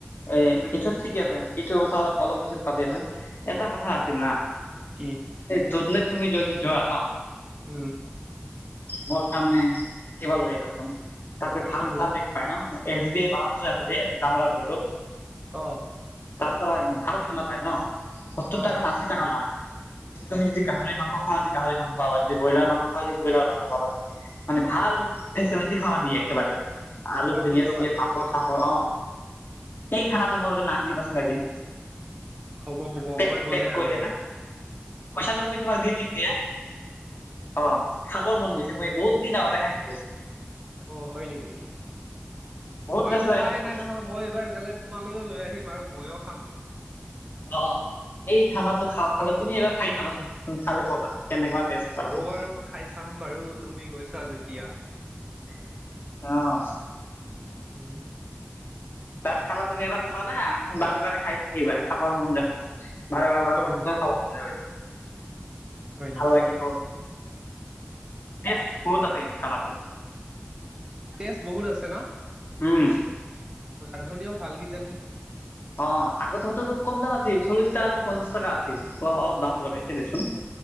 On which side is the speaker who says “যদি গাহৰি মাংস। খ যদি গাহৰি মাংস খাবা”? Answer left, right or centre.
Left